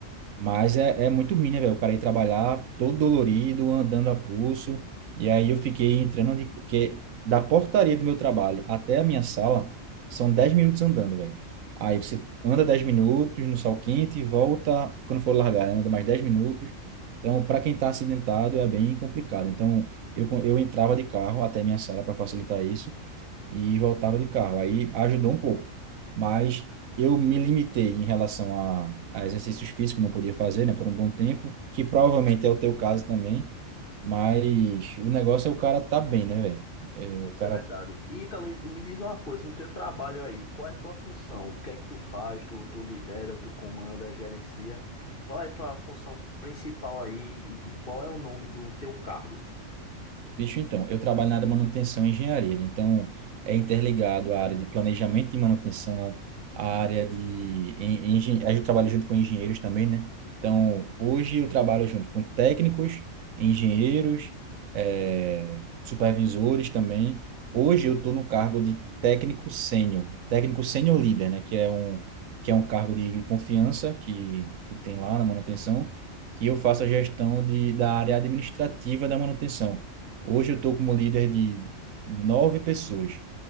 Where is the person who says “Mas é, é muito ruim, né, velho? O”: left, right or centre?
Right